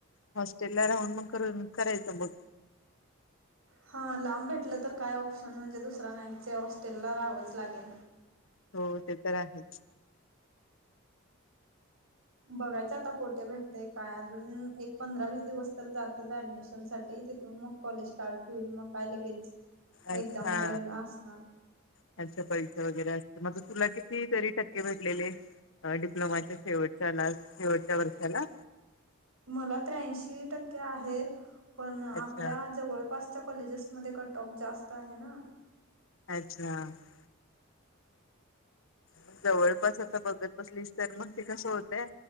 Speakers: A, on the left; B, on the right.
A: हॉस्टेला राहून मग करून, करायचं मग.
B: हा, लांब भेटलं तर काय ऑप्शन म्हणजे, दुसरा नाहीचं हॉस्टेल ला राहावंच लागेल.
A: हो, ते तर आहेच.
B: बघायचं आता कोठे भेटतय काय, अजून एक पंधरा वीस दिवस तर जातील ऍडमिशन साठी तिथून मग, कॉलेज स्टार्ट होईल, मग काय लगेच. एक्झाम
A: अच्छा.
B: वगैरे असणार
A: त्यांच्या परीक्षा वगैरे असते, मग तुला किती तरी टक्के भेटलेले. डिप्लोमाच्या शेवटच्या लास्ट, शेवटच्या वर्षाला.
B: मला त्र्याऐंशी टक्के आहेत, पण आपल्या
A: अच्छा
B: जवळपास च्या कॉलेजेसमध्ये कट टॉप जास्त आहे ना.
A: अच्छा. ‌ मग जवळपास आता बघत बसलीस तर, मग ते कसं होतंय.